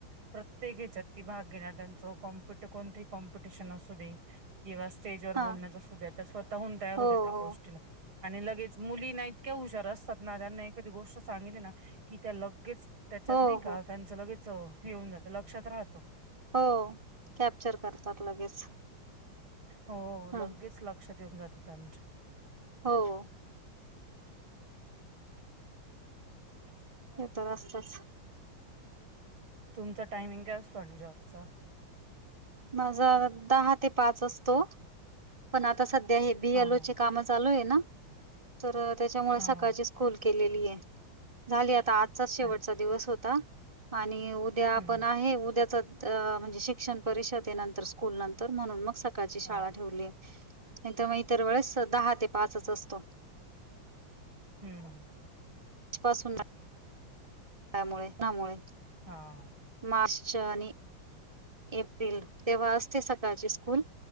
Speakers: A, on the right; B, on the right.
A: प्रत्येक हेच्यात भाग चो -कॉम्पिट कोणतंही कॉम्पिटिशन आसूदे. किंवा स्टेज वर
B: हा
A: बोलण्याचा सुद्धा त्या स्वतःहून तयार होत्या
B: हो
A: त्या
B: हो
A: गोष्टीला. आणि लगेच मुलीना इतक्या हुशार असतात ना, त्यांना एखादी गोष्ट सांगितली ना की त्या लगेच त्याच्यात
B: हो
A: नाई का,
B: हो
A: लगेच येऊन लक्षात राहतो.
B: हो, कॅप्चर करतात लगेच.
A: हो,
B: हम्म
A: लगेच लक्षात येऊन जातं त्यांच्या.
B: हो.
A: <inaudible>
B: हे तर असतच.
A: तुमच टाइमिंग काय असतो आणि जॉबचा?
B: माझा दहा ते पाच असतो. पण आता सध्या हे बी
A: हा
B: एल ओ
A: हा
B: काम चालू आहे ना, तर त्याच्यामुळे
A: हा
B: सकाळचे
A: हा
B: खोल केलेली ये, झाली आता आजचाच शेवटचा
A: अच्छा
B: दिवस होता, आणि उद्या
A: हम्म
B: आपण आहे, उद्याच म्हणजे शिक्षण परिषदेनंतर स्कूल नंतर म्हणून मग सकाळची शाळा
A: हा
B: ठेवलीये, नाहीतर मग इतर वेळेस दहा ते पाच असतो.
A: हम्म.
B: पासून त्यामुळे त्यामुळे
A: हां
B: मार्च आणि एप्रिल तेव्हा असते सकाळची स्कूल